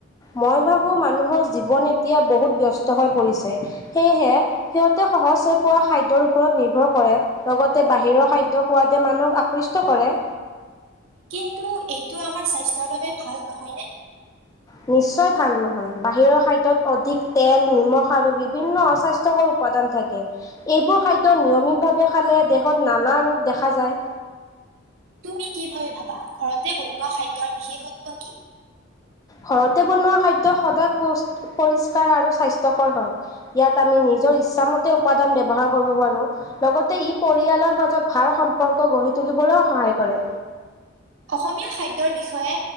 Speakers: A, on the left; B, on the right.
A: মই ভাবোঁ মানুহৰ জীৱন এতিয়া বহুত ব্যস্ত হৈ পৰিছে, সেয়েহে সিহঁতে সহজ হৈ পোৱা খাদ্যৰ ওপৰত নিৰ্ভৰ কৰে। লগতে বাহিৰৰ খাদ্য সোৱাদে মানুহক আকৃষ্ট কৰে।
B: কিন্তু এইটো আমাৰ স্বাস্থ্যৰ বাবে ভাল নহয় নে?
A: নিশ্চয় ভাল নহয়, বাহিৰৰ খাদ্যত অধিক তেল, নিমখ আৰু বিভিন্ন অস্বাস্থ্যকৰ উপৎাদান থাকে, এইবোৰ খাদ্য নিয়মিতভাৱে খালে দেহত নানা ৰোগ দেখা যায়।
B: তুমি কি ভাবে ভাবা ঘৰতে বনোৱা খাদ্যৰ বিশেষত্ব কি?
A: ঘৰতে বনোৱা খাদ্য সদায় পষ-পৰিষ্কাৰ আৰু স্বাস্থ্যকৰ হয়। ইয়াত আমি নিজৰ ইচ্ছামতে উপাদান ব্যৱহাৰ কৰিব পাৰোঁ। লগতে ই পৰিয়ালৰ মাজত ভাল সম্পৰ্ক গঢ়ি তুলিবলৈয়ো সহায় কৰে।
B: অসমীয়া খাদ্যৰ বিষয়ে